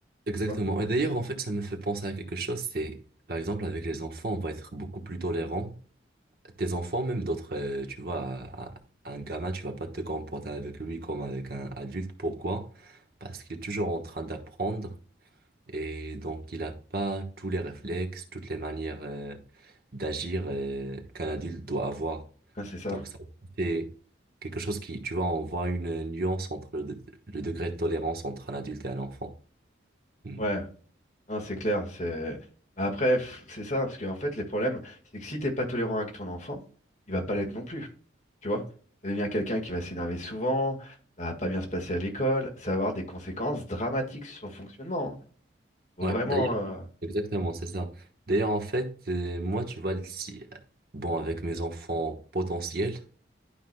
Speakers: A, on the right; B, on the left.
A: Exactement.
B: Tu vois?
A: Et d'ailleurs, en fait, ça me fait penser à quelque chose, c'est, par exemple, avec les enfants, on va être beaucoup plus tolérant tes enfants, même d'autres, euh, tu vois, à- à un gamin, tu vas pas te comporter avec lui comme avec un adulte. Pourquoi? Parce qu'il est toujours en train d'apprendre et donc il n'a pas tous les réflexes, toutes les manières euh, d'agir euh, qu'un adulte doit avoir.
B: Ah, c'est ça.
A: Donc ça, c'est quelque chose qui, tu vois, on voit une nuance entre le, de- le degré de tolérance entre un adulte et un enfant. Hmm.
B: Ouais. Non, c'est clair, c'est. Bah Après, pff, c'est ça, parce qu'en fait, les problèmes, c'est que si t'es pas tolérant avec ton enfant, il va pas l'être non plus, tu vois. Ça devient quelqu'un qui va s'énerver souvent, ça va pas bien se passer à l'école, ça va avoir des conséquences dramatiques sur son fonctionnement. hein. Faut
A: Ouais,
B: vraiment.
A: d'ailleurs,
B: euh,
A: exactement, c'est ça. D'ailleurs, en fait, euh, moi, tu vois, si, bon, avec mes enfants potentiels,